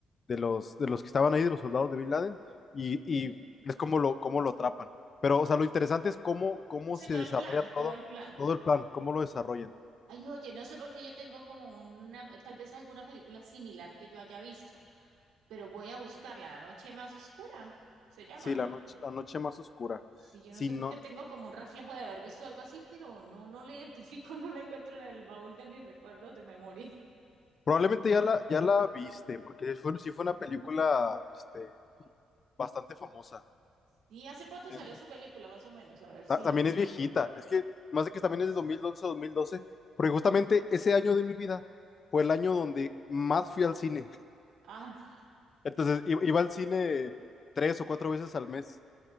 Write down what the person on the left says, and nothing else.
de los, de los que estaban ahí, de los soldados de Bin Laden, y,
y es como lo, cómo lo atrapan. Pero, o sea, lo interesante es cómo, cómo
se
desarrolla
todo,
todo el plan, cómo lo desarrollan.
Sí, la noche, la noche más oscura.
Sí,
no,
probablemente ya la, ya la viste, porque fue, sí fue una película, este, bastante famosa.
En-
ta- También es viejita. Es que más de que también
es de dos dos mil once dos mil doce porque justamente ese año de mi vida fue el año donde más fui al cine.
Entonces i- iba al cine tres o cuatro veces al mes